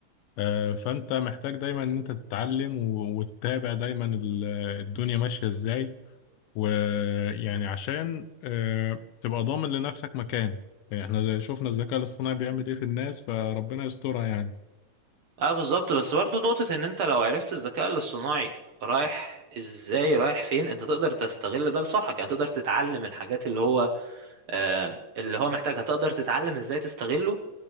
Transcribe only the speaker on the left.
آه فانت محتاج دايما ان انت تتعلم و- وتتابع دايما ال- الدنيا ماشية ازاي ويعني عشان آه تبقى ضامن لنفسك مكان يعني احنا شفنا الذكاء الاصطناعي بيعمل ايه في الناس فربنا يسترها يعني